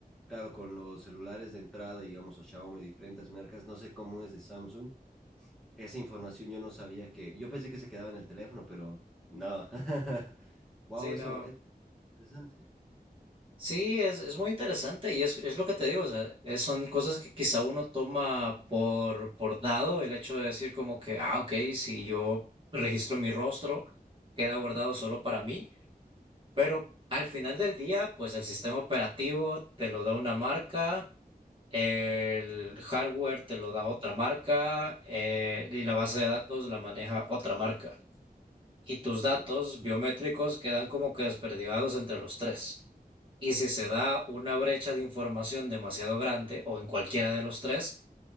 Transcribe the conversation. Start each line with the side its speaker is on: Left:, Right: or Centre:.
Centre: claro, con los celulares de entrada, digamos, o Xiaomi, diferentes marcas, no sé cómo es de Samsung, esa información yo no sabía que, yo pensé que se quedaba en el teléfono, pero no. <laughs> Wow,
Right: Sí, no.
Centre: eso, Interesante.
Right: Sí, es, es muy interesante y es, es lo que te digo, o sea, es- son cosas que quizá uno toma por, por dado, el hecho de decir como que, ah, ok, si yo registro mi rostro, queda guardado
Centre: Ujú.
Right: solo para mí Pero al final del día, pues el sistema operativo te lo da una marca, el hardware te lo da otra marca, eh, y la base de datos la maneja otra marca. Y tus datos
Centre: Uh,
Right: biométricos quedan como que desperdigados entre los tres. Y si se
Centre: la-
Right: da una brecha de información demasiado grande o en cualquiera de los tres,